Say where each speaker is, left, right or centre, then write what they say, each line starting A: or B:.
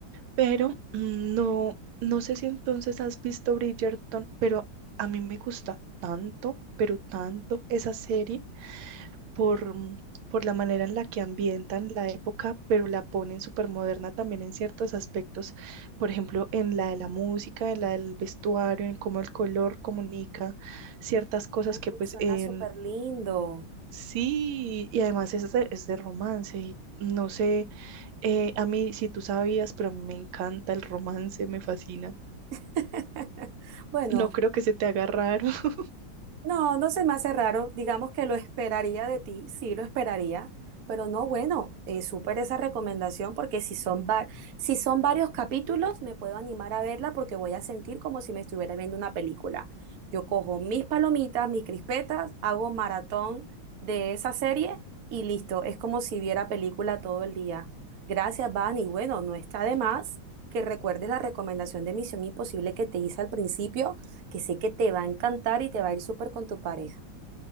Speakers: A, on the right (about 85°); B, on the right (about 60°).
A: Pero mm, no, no sé si entonces has visto Bridgerton, pero a mí me gusta tanto, pero tanto esa serie por, mm, por la manera en la que ambientan la época, pero la ponen súper moderna también en ciertos aspectos, por ejemplo, en la de la música, en la del vestuario, en cómo el color comunica ciertas cosas
B: Uy,
A: que pues
B: suena
A: en...
B: súper lindo.
A: Sí, y además es de, es de romance y no sé, eh, a mí si tú sabías, pero a mí me encanta el romance, me fascina.
B: <laughs> Bueno.
A: No creo que se te haga raro. <laughs>
B: No, no se me hace raro. Digamos que lo esperaría de ti, sí lo esperaría, pero no, bueno, eh, súper esa recomendación porque si son, va- si son varios capítulos me puedo animar a verla porque voy a sentir como si me estuviera viendo una película. Yo cojo mis palomitas, mis crispetas, hago maratón de esa serie y listo, es como si viera película todo el día. Gracias, Van, y bueno, no está de más que recuerdes la recomendación de Misión Imposible que te hice al principio que sé que te va a encantar y te va a ir súper con tu pareja.